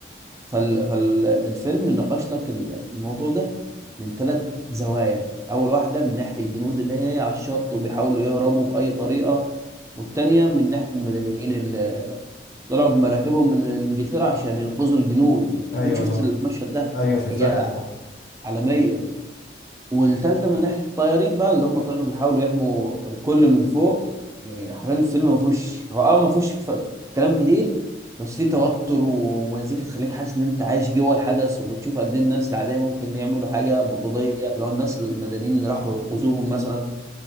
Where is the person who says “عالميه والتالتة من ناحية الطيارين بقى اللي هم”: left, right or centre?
Right